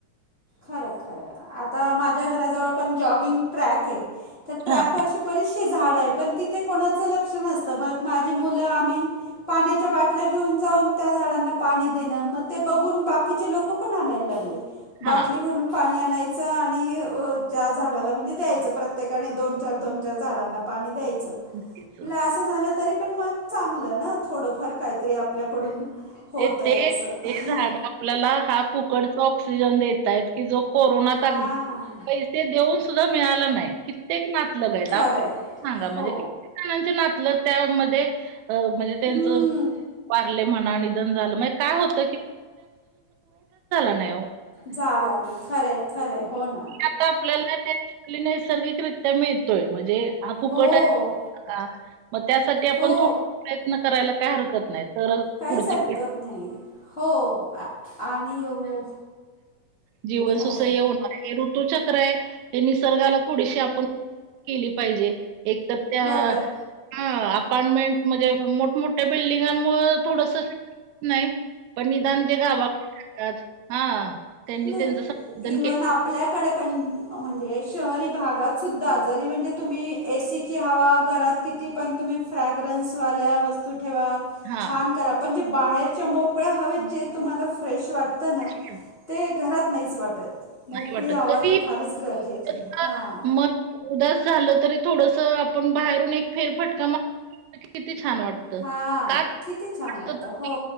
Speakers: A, on the left; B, on the right.
A: खरय, खरय आता माझ्या घराजवळ पण जॉगिंग ट्रॅक हे तर ट्रॅकवर
B: हां,
A: बरीचशी झाड आहेत पण तिथे कोणाच लक्ष नसत मग माझी मुल आम्ही पाण्याच्या बाटल्या घेऊन जाऊन त्या झाडांना पाणी देण, मग ते बघून बाकीचे लोक पण आणायला लागले. बाटली
B: हां.
A: भरून. पाणी आणायच आणि अ ज्या झाडाला म्हणजे द्यायच प्रत्येकाने दोन-चार, दोन -चार झाडांना. पाणी द्यायच. तिला
B: नक्कीच.
A: अस झाल तरी पण मग चांगल ना, थोडफार काहीतरी आपल्याकडून होतय
B: ते ते
A: अस, अंहहह..
B: ते झाड आपल्याला हा फुकडचा ऑक्सिजन देतायत, की जो कोरोनात
A: हा.
B: अगदी ते देऊन सुद्धा मिळाल नाही, कित्येक नातलग
A: खरंय
B: आपले सांगा म्हणजे
A: हो
B: किती जणांचे नातलग त्यामध्ये, म्हणजे
A: हम्म.
B: त्यांच वारले म्हणा. निधन झाल, काय होत. नाही हो.
A: झाला ना खरय, खरय होना.
B: किती आता आपल्याला त्याचातली नैसर्गिक रिती तिथ मिळतोय म्हणजे हा फुकट
A: हो
B: आहे का मग त्यासाठी आपण
A: हो.
B: थोड प्रयत्न करायला काय हरकत नाही. तर
A: काहीच
B: पुढची पिढी
A: नाही हो, आणि हो.
B: जीवस
A: खरंय.
B: सुसह्य होउन. हे ऋतूच्या खर हाय, निसर्गाला थोडीशी आपण केली पाहिजे. एक तर त्या,
A: बरोबर.
B: आ, अपार्टमेंट म्हणजे मोठमोठया त्या बिल्डिंगांनमुळे थोडस नाही, पण निदान ते गावाकड जातात. हा त्यांनी
A: नाही
B: त्यांच संगोपन
A: इवन
B: केल.
A: आपल्याकडे पण म्हणजे शहरी भागात सुद्धा जरी म्हणजे तुम्ही एसी ची हवा घरात किती पण तुम्ही फ्रॅग्रन्सवाल्या वस्तू ठेवा.
B: हां,
A: छान करा पण जे बाहेरच्या मोकळ्या हवेत जे तुम्हाला फ्रेश वाटतं ना.
B: <inaudible>
A: ते घरात नाहीच वाटत. मोकळी
B: नाहीच वाटत
A: हवा
B: कधी
A: तर फारच
B: <unintelligible>
A: गरजेची हां
B: मन उदास झाल तरी थोडस.. आपण बाहेरून एक फेर फटका मारला तर किती छान वाटतं.
A: हा
B: का छान
A: किती छान वाटतं
B: तर
A: हो.